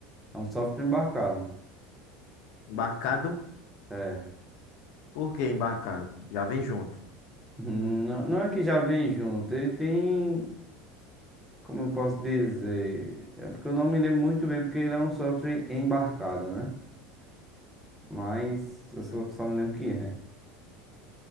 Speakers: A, in the centre; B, on the left (about 65°).
A: É um software embarcado.
B: Embarcado?
A: É. <laughs>
B: Por que embarcado? Já vem junto.
A: Não, não é que já vem junto, ele tem, como eu posso dizer, é porque eu não me lembro muito bem porque ele é um software embarcado, né? Mas eu só,
B: Hum.
A: só me lembro que é.